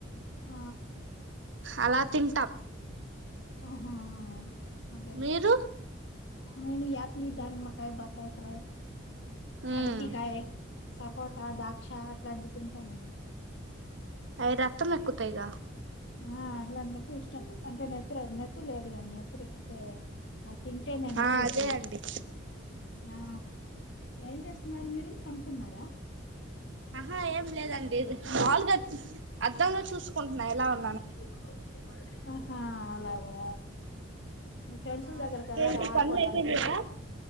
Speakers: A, on the left (about 65°); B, on the right (about 70°).
A: ఆ
B: అలా తింటాం
A: ఆహా అద
B: మీరు
A: ఆ యాపిల్ దానిమ్మకాయ్ బత్తాయికాయ్
B: మ్మ్
A: అరటికాయ్ సపోటా దాక్ష అట్లాంటి తింటానండి
B: అయిదు అత్త ముక్కుతా ఈగ
A: ఆ అట్లాంటంటే ఇష్టం అంటే నెత్రు నెత్తురు లేదుకద నెత్తురు ఎక్కితే తింటే నెత్తురు
B: ఆ అదే
A: ఎక్కిరు
B: అండి
A: ఆ ఏం చే గారు పనుకున్నారా
B: ఆహా ఏం లేదండి పాలుగా అర్ధంగా చూసుకుంటున్నా ఎలా ఉన్నా
A: <unintelligible> <inaudible> ఆహా అలాగా మీ ఫ్రెండ్స్లుదగ్గరకెల్లరా
B: ఆ ఇంకేంటి
A: ఆడుకోడానికి
B: పనులు అయిపోయినయా